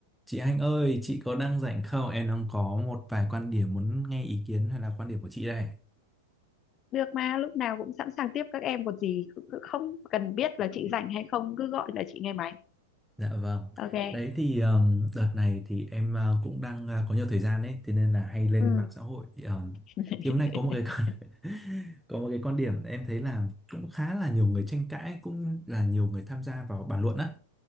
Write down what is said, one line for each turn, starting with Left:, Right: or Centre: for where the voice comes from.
Centre: Chị Anh ơi, chị có đang rảnh không? Em đang có một vài quan điểm muốn nghe ý kiến hay là quan điểm của chị đây.
Left: được mà lúc nào cũng sẵn sàng tiếp các em còn gì cứ- cứ không cần biết là chị rảnh hay không cứ gọi là chị nghe máy
Centre: Dạ vâng.
Left: ok
Centre: Đấy thì um, đợt này thì em uh, cũng đang uh, có nhiều thời gian đấy, thế nên là hay lên
Left: ừ
Centre: mạng xã hội. Um,
Left: <laughs>
Centre: thì hôm nay có một cái con- <laughs> có một cái quan điểm em thấy là cũng khá là nhiều người tranh cãi, cũng là nhiều người tham gia vào bàn luận á.